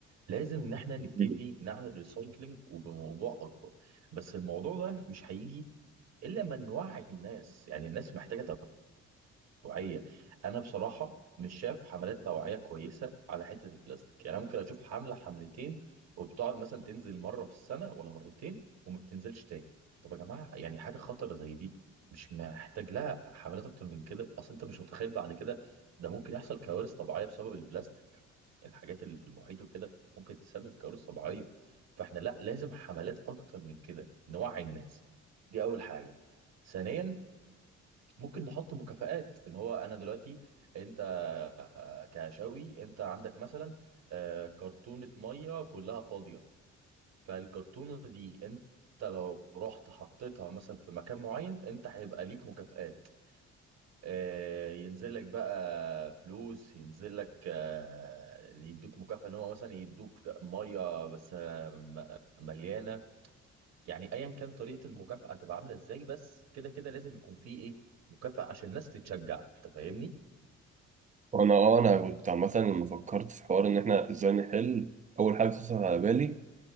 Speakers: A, on the right; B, on the right.
A: لازم ان احنا نبتدي
B: مم.
A: نعمل ريسايكلينج وبموضوع اكبر بس الموضوع ده مش هيجي الا لما نوعي الناس يعني الناس محتاجه توعية أنا بصراحة مش شايف حملات توعية كويسة على حتة البلاستيك يعني أنا ممكن أشوف حملة حملتين وبتقعد مثلا تنزل مرة في السنة ولا مرتين وما بتنزلش تاني طب يا جماعة يعني حاجة خطرة زي دي مش محتاج لها حملات أكتر من كده أصل أنت مش متخيل بعد كده ده ممكن يحصل كوارث طبيعية بسبب البلاستيك الحاجات اللي في المحيط وكده ممكن تسبب كوارث طبيعية فإحنا لا لازم حملات أكتر من كده نوعي الناس دي أول حاجة ثانيا ممكن نحط مكافآت اللي هو انا دلوقتي انت آه، كشاوي انت عندك مثلا آه، كرتونة مية كلها فاضية فالكرتونة دي انت لو رحت حطيتها مثلا في مكان معين انت هيبقى ليك مكافآت آه، ينزل لك بقى فلوس ينزل لك آه، يدوك مكافأة ان هو مثلا يدوك مية بس آه، م- مليانة يعني ايا كان طريقه المكافاه هتبقى عامله ازاي بس كده كده لازم يكون في ايه مكافاه عشان الناس تتشجع انت فاهمني
B: وأنا أه أنا كنت عامة لما فكرت في حوار إن إحنا إزاي نحل أول حاجة خطرت على بالي